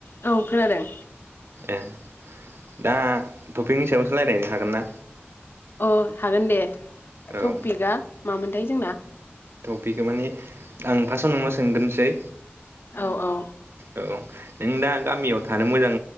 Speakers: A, on the left; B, on the right.
A: औ खोनादों।
B: ए दा टपिकनि सायावसो रायज्लायनो हागोन ना?
A: अ हागोन दे
B: औ
A: टपिकआ मामोनथाय जोंना?
B: टपिक माने आं फासदआव नोंनाव सोंगोनसै।
A: औ औ।
B: औ नों दा गामियाव थानो मोजां